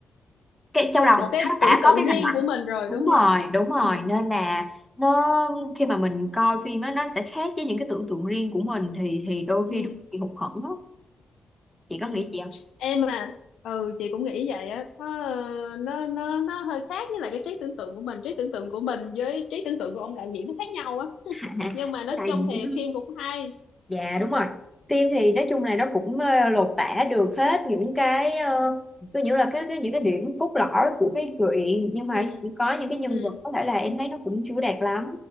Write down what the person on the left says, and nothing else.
Thế
là một
cái
tưởng
tượng
riêng
của mình rồi
đúng
không
ừ.
Ừ.
Ừ.
em mà ừ chị cũng nghĩ vậy á nó ờ, nó nó nó hơi khác với lại cái trí tưởng tượng của mình trí tưởng tượng của mình với trí tưởng tượng của ông đạo diễn nó khác nhau á <laughs>
nhưng mà nói
chung
thì phim cũng hay
ừ.
Ừ.